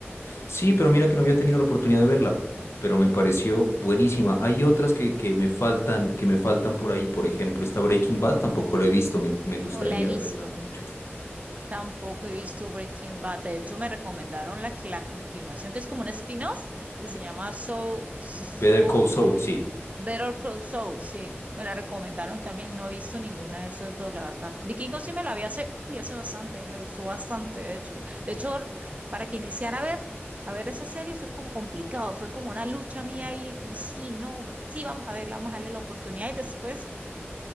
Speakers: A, on the left; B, on the right.
A: Sí, pero mira que no había tenido la oportunidad de verla, p- pero me pareció buenísima. Hay otras que, que me faltan, que me faltan por ahí. Por ejemplo, esta Breaking Bad tampoco la he visto, me, me gustaría
B: No la he visto.
A: verla mucho.
B: Tampoco he visto Breaking Bad. De hecho, me recomendaron la, la continuación, que es como un spin-off, que se llama So, So,
A: Better Call Saul, sí.
B: Better Call Saul. Sí, me la recomendaron también. No he visto ninguna de esas dos, la verdad. Vikingo sí me la vi hace, y hace bastante, me gustó bastante, de hecho. De hecho, para que iniciara a ver, a ver esa serie fue como complicado, fue como una lucha mía ahí, como sí, no, sí, vamos a verla, vamos a darle la oportunidad. Y después